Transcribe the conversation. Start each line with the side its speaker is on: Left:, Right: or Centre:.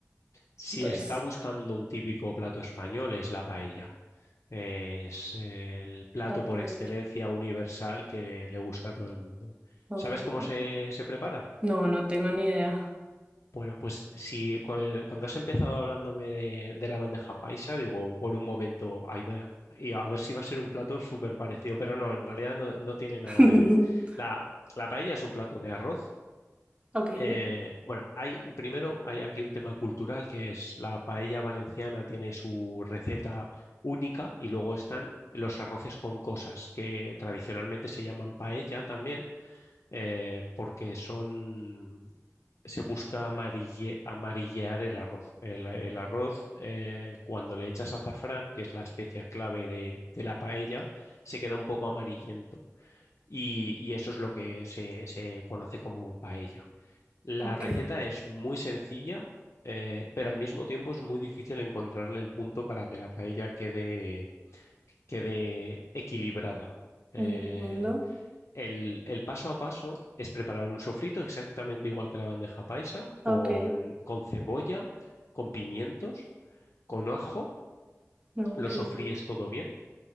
Left: si
Right: Entonces,
Left: está buscando un típico plato español, es la paella. Es el plato
Right: está
Left: por
Right: para
Left: excelencia
Right: ello.
Left: universal que le gusta a todo el mundo.
Right: Ok.
Left: ¿Sabes cómo se, se prepara?
Right: No, no tengo ni idea.
Left: Bueno, pues si cu- eh, cuando has empezado hablándome de, de la bandeja paisa, digo, por un momento, ahí va- y a ver si va a ser un plato súper parecido, pero no, en realidad no, no tiene nada
Right: <laughs>
Left: que ver. La, la paella es un plato de arroz.
Right: Ok,
Left: Eh, bueno, hay, primero hay aquí un tema cultural que es la paella valenciana tiene su receta única y luego están los arroces con cosas que tradicionalmente se llaman paella también eh, porque son, se busca amarille- amarillear el arroz. El, el arroz, eh, cuando le echas azafrán, que es la especia clave de, de la paella, se queda un poco amarillento. Y, y eso es lo que se, se conoce como paella. La
Right: ok,
Left: receta es muy sencilla, eh, pero al mismo tiempo es muy difícil encontrarle el punto para que la paella quede, quede equilibrada. Eh,
Right: entiendo.
Left: el, el paso a paso es preparar un sofrito exactamente igual que la bandeja paisa, con,
Right: Ok,
Left: con cebolla, con pimientos, con ajo,
Right: ok.
Left: lo sofríes todo bien